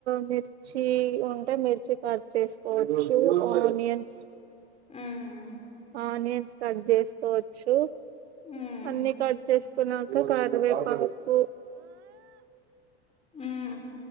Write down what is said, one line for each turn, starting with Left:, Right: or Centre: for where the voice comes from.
Right: మిర్చి ఉంటే మిర్చి. కట్ చేసుకోవచ్చు ఆనియన్స్
Left: ఉమ్
Right: ఆనియన్. కట్ చేసుకోవచ్చు.
Left: ఉమ్
Right: అన్ని కట్ చేసుకున్నాక కారవేపాకు.
Left: ఉమ్